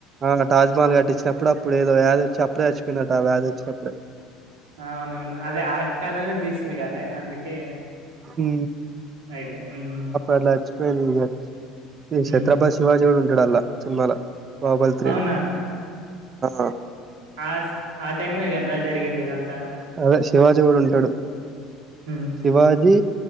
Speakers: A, on the right (about 35°); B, on the right (about 85°).
A: ఆ తాజ్మహల్ కటించిన్నపుడు అప్పుడు ఏదో వ్యాధి వచ్చి అప్పుడే చచ్చిపోయినట ఆ వ్యాధిచ్చినప్పుడు
B: అవునవును అదే ఆ కలనే తీసింది కదా అందుకే
A: హ
B: రైటే ఉమ్
A: అట్లా చచ్చిపోయింది ఇక ఈ
B: ఉమ్
A: ఛత్రపతి శివాజీ కూడా ఉంటాడు అల్లా సినిమాల బాహుబలి త్రీ
B: అవునా
A: ల ఆ
B: ఆ ఆ టైమ్ లో కదా జరిగింది ఇదంత
A: అదే శివాజీ కూడ ఉంటాడు
B: ఉమ్
A: శివాజీ